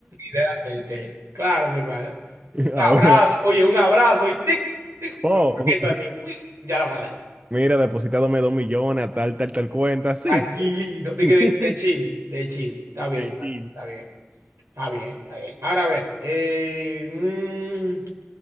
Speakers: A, on the right; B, on the right.
A: Realmente. Claro, mi hermano. Un
B: Ahora,
A: abrazo. Oye, un abrazo y tic, tic.
B: oh,
A: Lo esto ahí mismo. Uy, ya lo agarré.
B: mira, depositándome dos millones a tal, tal, tal cuenta. Sí,
A: Tranquilito.
B: fu.
A: De,
B: <laughs> de
A: de, de chill, de chill. Está bien, está
B: Chile.
A: bien, está bien. Está bien, está bien. Ahora a ver. Eh, mm,